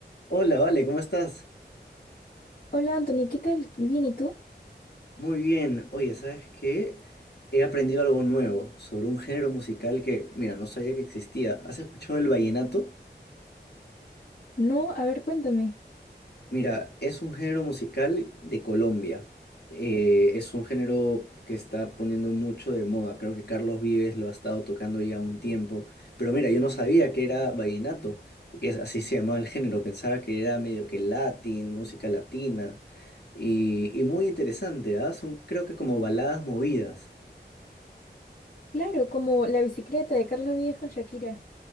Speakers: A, on the left (about 65°); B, on the left (about 50°).
A: Hola, Vale, ¿cómo estás?
B: Hola Anthony, ¿qué tal? Bien, ¿y tú?
A: Muy bien. Oye, ¿sabes qué? He aprendido algo nuevo sobre un género musical que, mira, no sabía que existía. ¿Has escuchado el vallenato?
B: No, a ver, cuéntame.
A: Mira, es un género musical de Colombia. Eh, es un género que está poniendo mucho de moda. Creo que Carlos Vives lo ha estado tocando ya un tiempo. Pero mira, yo no sabía que era vallenato, que es- así se llamaba el género. Pensaba que era medio que latín, música latina. Y, y muy interesante, ¿ah? Son creo que como baladas movidas.
B: Claro, como la bicicleta de Carlos Vives con Shakira.